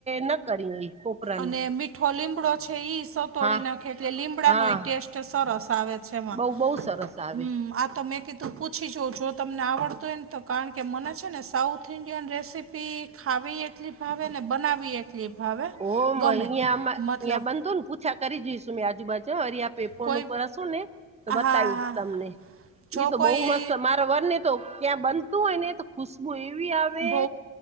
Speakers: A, on the right; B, on the right.
A: ન કરી એ ખોપરાનું
B: અને મીઠો લીમડો છે ઈ સોથ તોડી
A: હા
B: નાખે એટલે લીમડાનો
A: હા
B: એ ટેસ્ટ સરસ આવે છે એમાં
A: બઉ બહુ સરસ આવે
B: હમમ આ તો મેં કીધું તો પૂછી જોવ જો તમને આવડતું હોય ને તો કારણ કે મને છે ને સાઉથ ઇન્ડિયન રેસીપી ખાવી એટલી ભાવે ને, બનાવી એટલી ભાવે.
A: ઓ
B: ગમે
A: અહંયા અં
B: મતલબ
A: બન ને પૂછા કરી જોઈશું મેં આજુબાજુ વરી આપડે ફોન
B: કોઈ
A: ઉપર હશું ને તો બતાવી
B: હા હા
A: તમને
B: જો
A: ઈ તો
B: કોઈ
A: બો મસ્ત મારા વર ને તો ક્યાં બનતું હોય ને ખુશબુ એવી આવે
B: બહુ